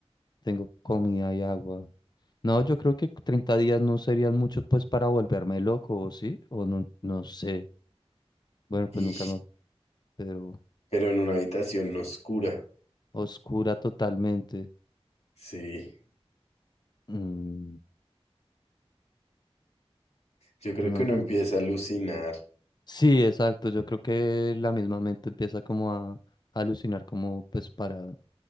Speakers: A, on the left; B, on the left.
A: Tengo comida y agua. No, yo creo que 30 días no serían muchos pues para volverme loco, ¿o ¿sí? O no, no sé. Bueno, pues
B: Y,
A: nunca me... Pero
B: pero en una habitación oscura.
A: oscura totalmente.
B: Sí.
A: Mm,
B: Yo creo
A: no.
B: que uno empieza a alucinar.
A: Sí, exacto. Yo creo que la misma mente empieza como a alucinar como pues para